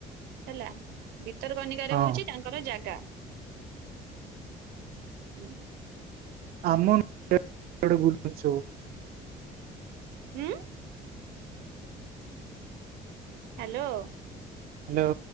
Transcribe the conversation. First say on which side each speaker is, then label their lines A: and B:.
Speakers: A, on the right; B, on the right.
A: ହେଲା। ଭତର କନିକାରେ
B: ହଁ
A: ହଉଚି ତାଙ୍କର ଜାଗା। ହୁଁ।
B: ଆମେ ବୁଲୁଛୁ <unintelligible>
A: ହୁଁ ହାଲୋ
B: ହାଲୋ